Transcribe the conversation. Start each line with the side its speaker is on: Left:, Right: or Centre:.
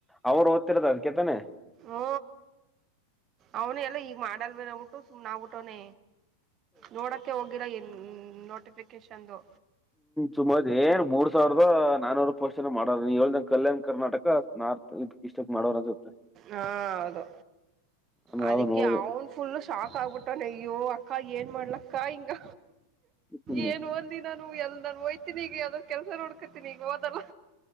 Centre: ಅವರು ಓದ್ತಿರದ ಅದ್ಕತಾನೆ
Right: ಹ್ಞೂ ಅವನ ಎಲ್ಲ ಈಗ ಮಾಡಲ್ ಬೇ ನೋಗ್ಬಿಟ್ಟು ಸುಮ್ಮ್ನೆ ಆಗಬೀಟ್ಟವನ ನೋಡಕ್ಕೆ ಹೋಗಿರೋ ಈ ನೋಟಿಫಿಕೇಶನ್ದು
Centre: ಸುಮಾರ ಏನ್ ಮೂರ್ ಸಾವಿರದ ನಾನೂರು ಪೋಸ್ಟ್ ಮಾಡ ನೀ ಹೇಳ್ದ ಕಲ್ಯಾಣ್ ಕರ್ನಾಟಕ ನಾರ್ತ್ ಇಷ್ಟ ಮಾಡೋರ ಅದು
Right: ಹಾ ಹೌದು
Centre: ನಾನ್
Right: ಅದಕ್ಕೆ
Centre: ಯಾವ್ದೋ ನೋಡ್ದೆ
Right: ಅವನ್ ಫುಲ್ ಶಾಕ್ ಆಗ್ಬಿಟ್ಟ ನಯ್ಯೋ ಹಾಗ ಏನ್ ಮಾಡ್ಲಕ್ಕ ಹಿಂಗ
Centre: ಹ್ಮ್
Right: ಏನ್ ಒಂದ ನಾನು ಎಲ್ ನಾನು ಹೋಯ್ತೀನಿಗ ಯಾವ್ದಾದ್ರ ಕೆಲಸ ನೋಡ್ಕತಿನಿ ಈಗ ಹೋದಲ್ಲ